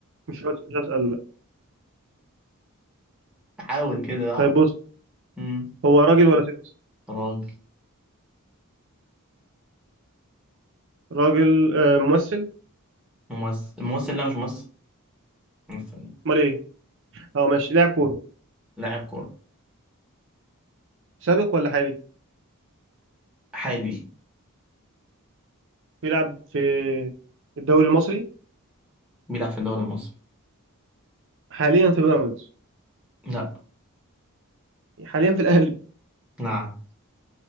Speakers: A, on the right; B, in the centre.
A: مش هس- مش هسأل لا.
B: حاول كده اعرف
A: طيب بص
B: امم
A: هو راجل ولا ست
B: راجل
A: راجل آه، ممثل
B: ممثل الممثل لا مش ممثل ممثل
A: امال ايه اه ماشي لاعب كورة
B: لاعب كورة
A: سابق ولا حالي
B: حالي
A: بيلعب في الدوري المصري
B: بيلعب في الدوري المصري
A: حاليا في بيراميدز
B: لا
A: حاليا في الأهلي
B: نعم